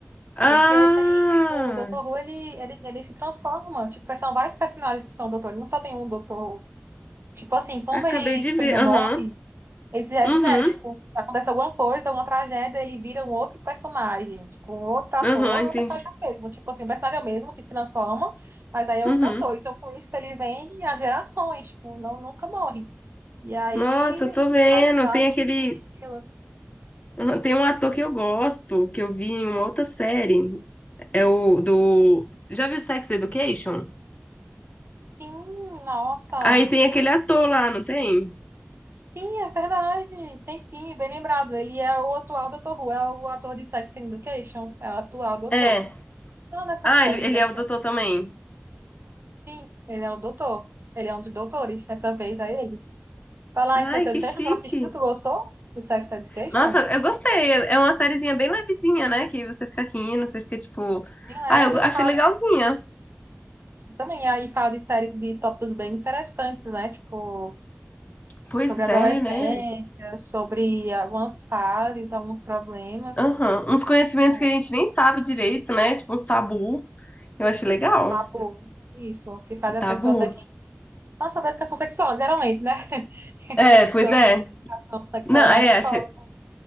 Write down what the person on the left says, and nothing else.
Ah,
acabei
de
ver.
Aham,
uhum,
uhum,
aham, entendi.
Uhum.
Nossa, eu tô vendo.
Tem aquele.
<laughs> Aham, Tem um ator que eu gosto, que eu vi em uma outra série. É o do. Já viu Sex Education?
Aí tem aquele ator lá, não tem?
É.
Ah,
ele, ele
é o doutor também.
Ai,
que chique.
Nossa, eu gostei. É uma sériezinha bem levezinha, né? Que você fica rindo, você fica tipo. Ah,
eu
achei
legalzinha.
Pois
é, né?
Aham. Uns conhecimentos
que a gente nem sabe direito, né? Tipo uns tabu. Eu achei legal.
Tabu.
É, pois
é.
Não,
é,
achei